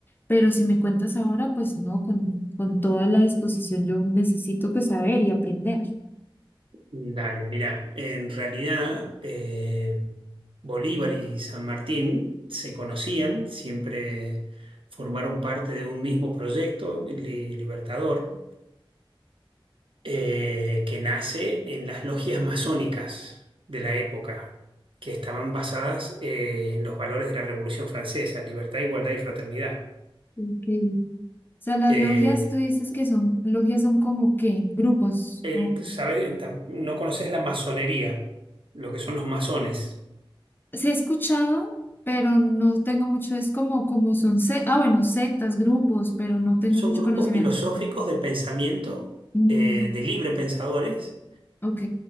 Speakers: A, on the left; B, on the right.
A: pero si me cuentas ahora, pues no, con, con toda la disposición yo necesito pues saber y aprender.
B: Dale, mira, en realidad eh, Bolívar y San Martín se conocían, siempre formaron parte de un mismo proyecto, li- Libertador, eh, que nace en las logias masónicas de la época, que estaban basadas eh, en los valores de la Revolución Francesa, libertad, igualdad y fraternidad.
A: Ok. O sea, las
B: Eh,
A: logias, tú dices que son, logias son como qué, grupos,
B: el-
A: ¿no?
B: ¿sabes? Tam- No conoces la masonería, lo que son los masones.
A: Sí he escuchado, pero no tengo mucho, es como, como son, se- ah, bueno, sectas, grupos, pero no tengo
B: son
A: mucho
B: grupos
A: conocimientos.
B: filosóficos de pensamiento,
A: Mm,
B: eh, de libre pensadores,
A: ok.